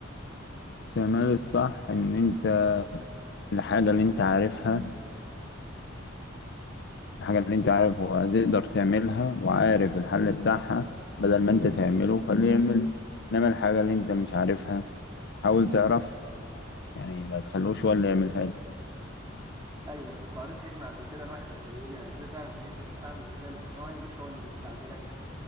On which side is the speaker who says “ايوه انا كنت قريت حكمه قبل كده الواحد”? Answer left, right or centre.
Right